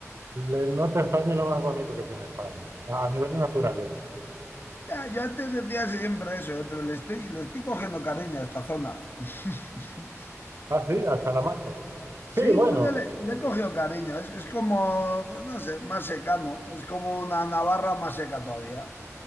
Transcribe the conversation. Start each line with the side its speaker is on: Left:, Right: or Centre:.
Right: le- el norte de España es lo más bonito que tiene España, a, a nivel de naturaleza.
Left: Ya, yo antes decía siempre eso, eh, pero le estoy, le estoy cogiendo cariño a esta zona. <laughs>
Right: Ah, sí, a Salamanca. Sí,
Left: Sí,
Right: bueno.
Left: no sé, le, le he cogido cariño. Es, es como, pues, no sé, más seca no Es como una Navarra más seca todavía.